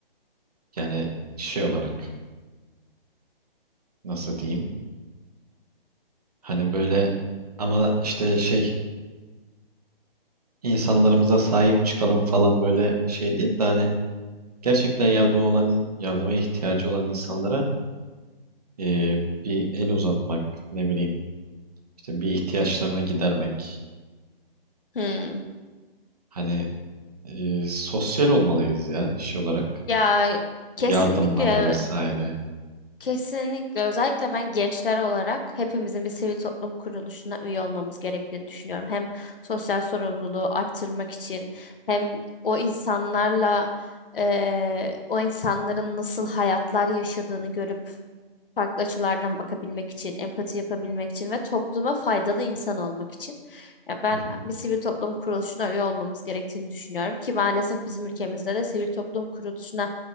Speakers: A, on the right (about 40°); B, on the left (about 65°).
A: Yani şey olarak nasıl diyeyim? Hani böyle ama işte şey insanlarımıza sahip çıkalım falan böyle şey değil de hani gerçekten yardıma olan yardıma ihtiyacı olan insanlara e, bir el uzatmak ne bileyim işte bir ihtiyaçlarını gidermek.
B: Hmm.
A: Hani e, sosyal olmalıyız ya şey olarak
B: Ya kesinlikle
A: yardımlarda vesaire.
B: Kesinlikle özellikle ben gençler olarak hepimizin bir sivil toplum kuruluşuna üye olmamız gerektiğini düşünüyorum. Hem sosyal sorumluluğu arttırmak için hem o insanlarla eee, o insanların nasıl hayatlar yaşadığını görüp farklı açılardan bakabilmek için, empati yapabilmek için ve topluma faydalı insan olmak için. Ya ben
A: <laughs>
B: bir sivil toplum kuruluşuna üye olmamız gerektiğini düşünüyorum ki maalesef bizim ülkemizde de sivil toplum kuruluşuna